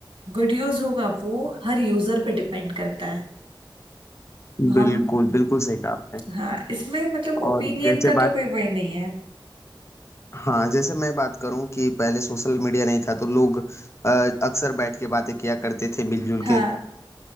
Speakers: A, on the right; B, on the left.
A: गुड यूज होगा वो हर यूजर पे डिपेंड करता है हम
B: बिल्कुल बिल्कुल सही कहा आपने
A: हाँ इसमें मतलब ओपिनियन
B: और जैसे
A: का
B: बात
A: तो कोई वही नहीं है
B: हाँ जैसे मैं बात करूं कि पहले सोशल मीडिया नहीं था तो लोग अ, अक्सर बैठ के बातें किया करते थे मिलजुल
A: हाँ
B: के